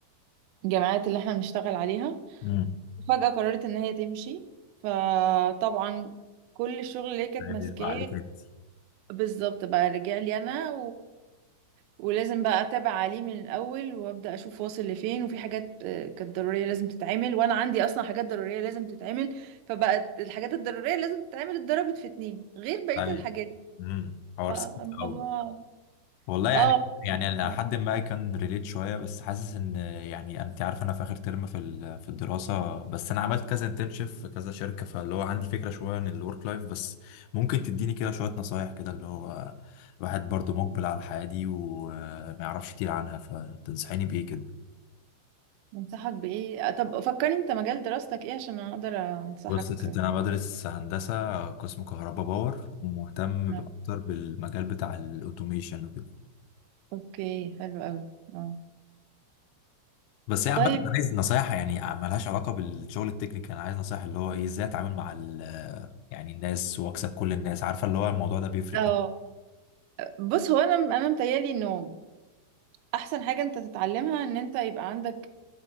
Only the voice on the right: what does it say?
الجامعات اللي احنا بنشتغل عليها
فجأة قررت إن هي تمشي فطبعا كل الشغل اللي هي كانت ماسكاه
بالظبط بقى رجع لي أنا ولازم بقى اتابع عليه من الاول وابدا اشوف واصل لفين وفي حاجات آه، كانت ضروريه لازم تتعمل وانا عندي اصلا حاجات ضروريه لازم تتعمل فبقت الحاجات الضروريه لازم تتعمل اتضربت في اتنين غير بقيه
الحاجات
فالموضوع
اه
صعب
انصحك بايه آه، طب فكرني انت مجال دراستك ايه عشان اقدر انصحك
آه،
اوكي حلو قوي اه
طيب
اه
بص هو انا انا متهيألي انه احسن حاجه انت تتعلمها ان انت يبقى عندك